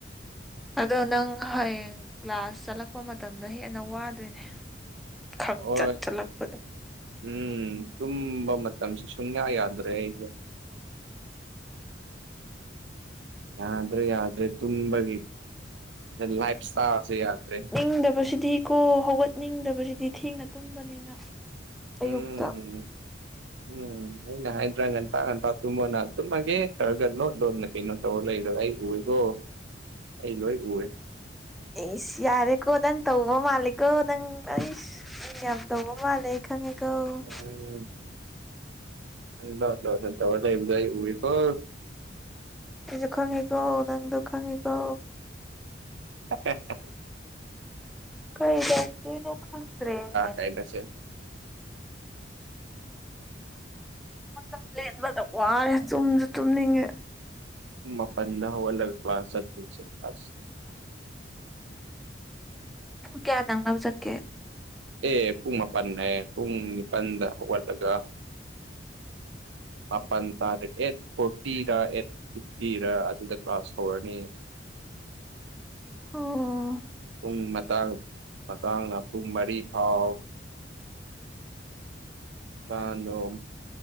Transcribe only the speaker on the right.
ꯍ
ꯎꯝ ꯇꯨꯝꯕ ꯃꯇꯝꯁꯨ ꯁꯨꯡꯌꯥ ꯌꯥꯗ꯭ꯔꯦ ꯑꯩꯁꯨꯣ ꯌꯥꯗ꯭ꯔꯦ ꯌꯥ꯭ꯔꯦ ꯇꯨꯝꯒꯤꯦ ꯂꯥꯏꯐ ꯏꯁꯇꯥꯥꯁꯦ ꯌꯥꯗ꯭ꯔꯦ
ꯎꯝ꯫ ꯎꯝ ꯑꯩꯒ ꯍꯥꯏꯗ꯭ꯔꯥ ꯉꯟꯇ ꯉꯟꯇ ꯇꯨꯝꯃꫭꯅ ꯇꯨꯝꯃꯒ‌ꯦ ꯇꯧꯔꯒꯥ ꯂꫭꯠ ꯂꫭꯠꯅ꯫ ꯀꯩꯅꯣ ꯇꯧꯔ ꯂꯩꯗ ꯑꯩ ꯎꯏꯌ‌ꯦꯀꯣ ꯑꯩ ꯂꯣꯏ ꯎꯋꯦ꯫
ꯎꯝ ꯂ ꯂ ꯅꯠꯇ ꯋꯥꯗ ꯑꯦꯖ ꯎꯋꯀꯣ
ꯂ ꯁꯇꯥ꯭ꯔ
ꯀꯥꯏꯗꯦ
ꯎꯄꯟꯗ ꯋꯥꯜꯂꯒ ꯀ꯭ꯂꯥꯁꯁꯟ ꯀ꯭ꯂ
ꯑꯦ ꯄꯨꯡ ꯃꯥꯄꯜ ꯍꯥꯏꯌꯦ ꯄꯨꯡ ꯅꯤꯄꯜꯗ ꯍꯧꯒꯠꯂꯒ ꯃꯥꯄꯜ ꯇꯥꯗ꯭ꯔꯦ ꯑꯦꯠ ꯐꯣꯔꯇꯤꯔ ꯑꯦꯠ ꯐꯤ ꯐꯇꯤꯔ ꯑꯗꯨꯗ ꯀ꯭ꯂꯥꯁ ꯍꯧꯔꯅꯤ
ꯄꯨꯡ ꯃꯇꯥꯡ ꯃꯇꯥꯡꯅ ꯄꯨꯡ ꯃꯔꯤ ꯐꯥꯎ ꯀꯗꯣ